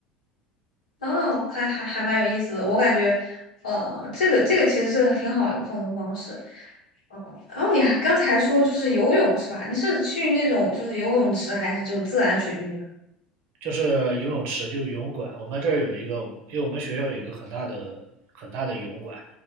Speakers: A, on the left; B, on the right.
A: 哦，还还还蛮有意思的。我感觉，呃，这个这个其实是挺好一个放松方式。哦，然后你还刚才还说就是游泳是吧？你是去那种就是游泳池还是就自然水域呢？
B: 就是游泳池，就游泳馆。我们这儿有一个，因为我们学校有一个很大的很大的游泳馆，